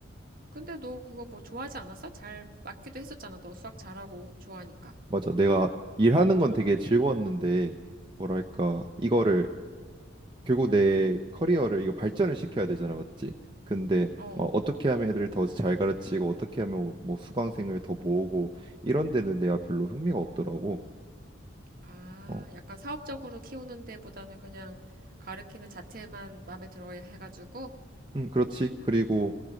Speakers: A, on the right; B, on the right.
A: 근데 너 그거 뭐 좋아하지 않았어? 잘 맞기도 했었잖아. 너 수학 잘하고 좋아하니까.
B: 맞아 내가 일하는 건 되게 즐거웠는데 뭐랄까 이거를 결국 내 커리어를 이거 발전을 시켜야 되잖아 맞지 근데
A: 어.
B: 뭐 어떻게 하면 애들을 더 잘 가르치고 어떻게 하면 뭐 수강생을 더 모으고 이런 데는 내가 별로 흥미가 없더라고
A: 아,
B: 어.
A: 약간 사업적으로 키우는 데보다는 그냥 가르키는 자체만 마음에 들어 해가지고,
B: 음, 그렇지. 그리고